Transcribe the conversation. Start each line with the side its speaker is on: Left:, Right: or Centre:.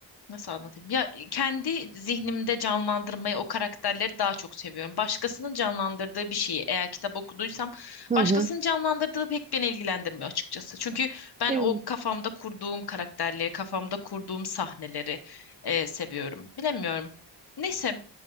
Left: Nasıl anlatayım? Ya kendi zihnimde canlandırmayı, o karakterleri daha çok seviyorum. Başkasının canlandırdığı bir şeyi eğer kitap okuduysam
Right: Hı
Left: başkasının
Right: hı.
Left: canlandırdığı pek beni ilgilendirmiyor açıkçası. Çünkü ben
Right: Evet.
Left: o kafamda kurduğum karakterleri, kafamda kurduğum sahneleri e, seviyorum. Bilemiyorum. Neyse,